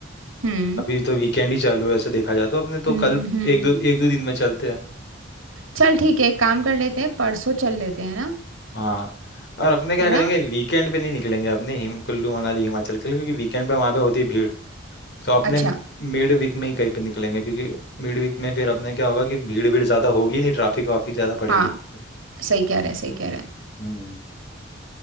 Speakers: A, on the right; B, on the left.
A: हम्म
B: अभी तो वीकेंड ही चालू है ऐसे देखा जाए तो अपने तो
A: हम्म
B: कल
A: हम्म हम्म।
B: एक दो एक दो दिन में चलते हैं
A: चल ठीक है एक काम कर लेते हैं परसों चल लेते हैं ना
B: हाँ और अपने क्या
A: है
B: करेंगे
A: ना
B: वीकेंड पे नहीं निकलेंगे अपने हिम कुल्लू मनाली हिमाचल के लिए क्योंकि वीकेंड पे वहाँ पे होती है भीड़ तो अपने
A: अच्छा
B: मिड वीक में ही कहीं पे निकलेंगे क्योंकि मिड वीक में फिर अपने क्या होगा कि भीड़ भीड़ ज़्यादा होगी नहीं ट्रैफिक वाफिक ज़्यादा पड़ेगी
A: हाँ
B: नहीं।
A: सही कह रहे सही कह रहे
B: हम्म